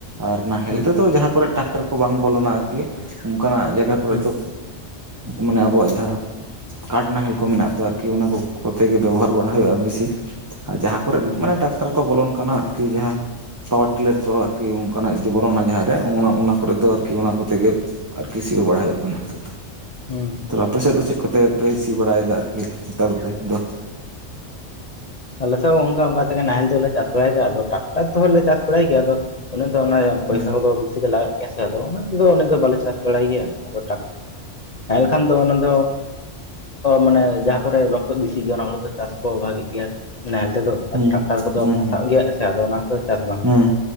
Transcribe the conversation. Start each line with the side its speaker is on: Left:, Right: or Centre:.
Right: ᱟᱨ ᱱᱟᱦᱮᱞ
Left: ᱦᱩᱸ
Right: ᱛᱮᱫᱚ ᱡᱟᱦᱟᱸ ᱠᱚᱨᱮ ᱴᱟᱠᱴᱟᱨ ᱠᱚ ᱵᱟᱝ ᱵᱚᱞᱚᱱᱟ ᱟᱨᱠᱤ ᱚᱱᱠᱟᱱᱟᱜ ᱡᱟᱭᱜᱟ ᱠᱚᱨᱮ
Left: ᱦᱩᱸ
Right: ᱫᱚ ᱢᱟᱱᱮ ᱟᱵᱚᱣᱟᱜ ᱡᱟᱦᱟᱸᱼᱼ ᱠᱟᱴ ᱱᱟᱦᱮᱞ ᱠᱚ
Left: ᱦᱩᱸ
Right: ᱢᱮᱱᱟᱜ ᱫᱚ ᱟᱨᱠᱤ ᱚᱱᱟ ᱠᱚ ᱠᱚᱛᱮ ᱜᱮ ᱵᱮᱵᱚᱦᱟᱨ ᱵᱟᱲᱟ ᱦᱩᱭᱩᱜᱼᱟ ᱵᱮᱥᱤᱼᱼ ᱟᱨ ᱡᱟᱦᱟᱸ ᱠᱚᱨᱮ
Left: ᱦᱩᱸ
Right: ᱢᱟᱱᱮ ᱴᱨᱟᱠᱴᱟᱨ ᱠᱚ ᱵᱚᱞᱚᱱ ᱠᱟᱱᱟ ᱟᱨᱠᱤ ᱡᱟᱦᱟᱸ ᱯᱟᱣᱟᱨ ᱴᱤᱞᱟᱨ ᱠᱚ ᱟᱨᱠᱤ ᱠᱤ ᱚᱱᱠᱟᱱᱟᱜ ᱡᱩᱫᱤ ᱵᱚᱞᱚᱱᱟ ᱡᱟᱦᱟᱸ ᱨᱮ ᱚᱱᱟ ᱚᱱᱟ ᱠᱚᱨᱮ ᱫᱚ ᱟᱨᱠᱤ ᱚᱱᱟ ᱠᱚᱛᱮ ᱜᱮ ᱟᱨ ᱠᱤ ᱥᱤᱭᱳᱜ ᱵᱟᱲᱟ ᱦᱩᱭᱩᱜ ᱠᱟᱱᱟ ᱦᱤᱛᱚᱜ ᱫᱚ
Left: ᱦᱩᱸ
Right: ᱛᱟᱦᱚᱞᱮ ᱟᱯᱮ ᱥᱮᱫ ᱫᱚ ᱪᱮᱫ ᱠᱚᱛᱮ ᱯᱮ ᱥᱤ ᱵᱟᱲᱟᱭ ᱮᱫᱟ ᱟᱨᱠᱤ ᱱᱮᱛᱟᱨ ᱫᱤᱱ ᱫᱚᱼᱼ
Left: ᱟᱞᱮ ᱥᱮᱫ ᱦᱚᱸ ᱚᱱᱠᱟ ᱚᱱᱠᱟ ᱛᱮᱜᱮ ᱱᱟᱦᱮᱞ ᱛᱮᱞᱮ ᱪᱟᱥ ᱵᱟᱲᱟᱭ ᱮᱫᱟ ᱟᱫᱚ ᱴᱨᱟᱠᱴᱟᱨ ᱛᱮᱦᱚᱸ ᱞᱮ ᱪᱟᱥ ᱵᱟᱲᱟᱭ ᱜᱮᱭᱟ ᱟᱫᱚ ᱩᱱᱟᱹᱜ ᱫᱚ ᱚᱱᱟᱼᱼ ᱯᱚᱭᱥᱟ
Right: ᱦᱩᱸ
Left: ᱠᱚᱫᱚ ᱵᱤᱥᱤ ᱜᱮ ᱞᱟᱜᱟᱜ ᱜᱮᱭᱟ ᱥᱮ ᱟᱫᱚ ᱚᱱᱟ ᱛᱮᱫᱚ ᱵᱟᱞᱮ ᱪᱟᱥ ᱵᱟᱲᱟᱭ ᱜᱮᱭᱟ ᱟᱫᱚ <unintelligible> ᱠᱷᱟᱱ ᱫᱚ ᱚᱱᱟ ᱫᱚ ᱢᱟᱱᱮ ᱡᱟᱦᱟᱸ ᱠᱚᱨᱮ ᱞᱚᱥᱚᱫ ᱵᱤᱥᱤ ᱜᱮᱭᱟ ᱚᱱᱟ ᱠᱚᱨᱮ ᱫᱚ ᱪᱟᱥ ᱠᱚ ᱵᱷᱟᱜᱤ ᱜᱮᱭᱟ ᱱᱟᱦᱮᱞ ᱛᱮᱫᱚᱼᱼ
Right: ᱦᱩᱸ
Left: ᱴᱨᱟᱠᱴᱟᱨ ᱠᱚᱫᱚ
Right: ᱦᱩᱸ
Left: ᱯᱟᱥᱟᱣ
Right: ᱦᱩᱸ
Left: ᱜᱮᱭᱟ ᱦᱮᱸᱥᱮ ᱟᱫᱚ ᱚᱱᱟ ᱠᱚᱫᱚ ᱪᱟᱥ ᱵᱟᱝ
Right: ᱦᱩᱸ
Left: ᱦᱩᱭᱩᱜᱼᱟ